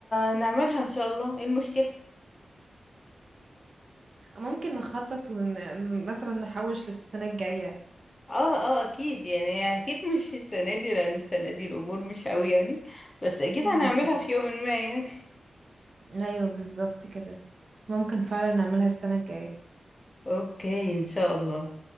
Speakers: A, on the left (about 30°); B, on the right (about 55°).
A: نعملها ان شاء الله ايه المشكلة
B: ممكن نخطط ون... مثلا نحوش للسنة الجاية
A: اه اه اكيد يعني اكيد مش السنة دي لان السنة دي الامور مش قوي يعني بس اكيد
B: مم.
A: هنعملها في يوم ما يعني
B: ايوه بالظبط كده ممكن فعلا نعملها السنة الجاية
A: اوكي ان شاء الله